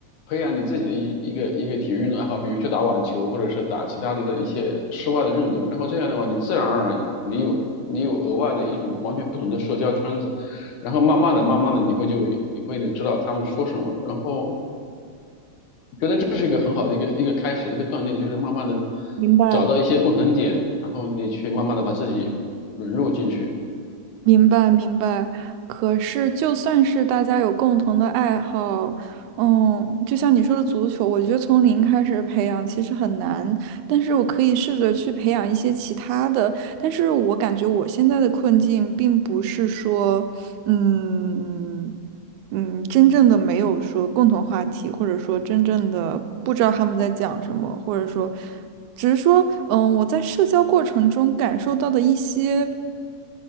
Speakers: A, on the left; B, on the right.
A: 培养你自己的一一个一个体育运动爱好，比如去打网球，或者是打其他的一些室外的运动。然后这样的话，你自然而然你有你有额外的一种完全不同的社交圈子，然后慢慢的、慢慢的，你会就你会呢知道他们说什么，然后我觉得这是一个很好的一个一个开始，一个锻炼，就是慢慢的
B: 明白。
A: 找到一些共同点，然后你去慢慢的把自己融入进去。
B: 明白明白，可是就算是大家有共同的爱好，嗯，就像你说的足球，我觉得从零开始培养其实很难，但是我可以试着去培养一些其他的。但是我感觉我现在的困境并不是说，嗯嗯，真正的没有说共同话题，或者说真正的不知道他们在讲什么，或者说，只是说，嗯，我在社交过程中感受到的一些。